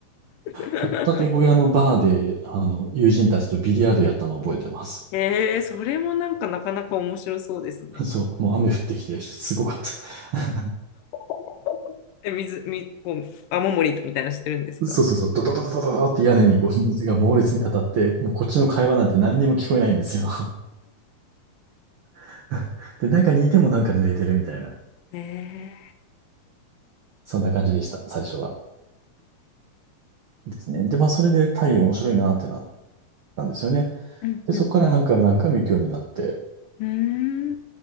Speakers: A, on the left; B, on the right.
A: <laughs>
B: 掘ったて小屋のバーで、あの、友人たちとビリヤードやったのを覚えてます。
A: ええそれもなんかなかなか面白そうですね。
B: <laughs> そう、もう雨降ってきて、すごかった。<laughs>
A: <laughs> え、水、み、こう、雨漏りみたいなのしてるんですか
B: そうそうそう、ドドドドドドドって屋根にこう水が猛烈に当たって、もうこっちの会話なんて何にも聞こえないんですよ。<laughs> で、中にいてもなんか濡れてるみたいな、
A: ええ
B: そんな感じでした、最初は。ですね。で、まあ、それでタイ面白いなってなったんですよね。
A: うんうんうん。
B: で、そこから何回も何回も行くようになって、
A: うーん